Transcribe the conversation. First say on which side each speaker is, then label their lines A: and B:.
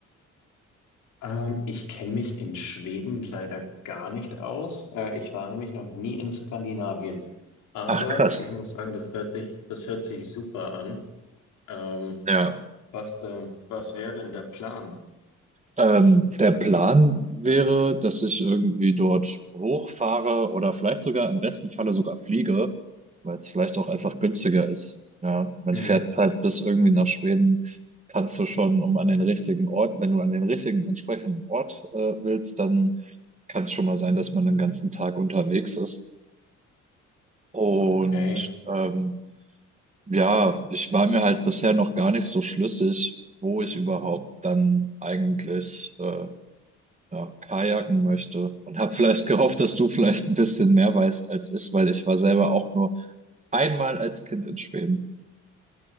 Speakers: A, on the left; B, on the right.
A: Ähm, ich kenne mich in Schweden leider gar nicht aus. Äh, ich war nämlich noch nie in Skandinavien. Aber
B: Ach, krass.
A: ich muss sagen, das hört sich, das hört sich super an. Ähm,
B: ja.
A: was, äh, was wäre denn der Plan
B: Ähm, der
A: von
B: Plan
A: dir?
B: wäre, dass ich irgendwie dort hochfahre oder vielleicht sogar im besten Falle sogar fliege, weil es vielleicht auch einfach günstiger ist. Ja, man
A: Hm,
B: fährt halt bis irgendwie nach Schweden, kannst du schon um an den richtigen Ort, wenn du an den richtigen entsprechenden Ort äh, willst, dann kann es schon mal sein, dass man den ganzen Tag unterwegs ist. Und
A: okay.
B: ähm, ja, ich war mir halt bisher noch gar nicht so schlüssig, wo ich überhaupt dann eigentlich äh, ja, kajaken möchte und habe vielleicht gehofft, dass du vielleicht ein bisschen mehr weißt als ich, weil ich war selber auch nur einmal als Kind in Schweden.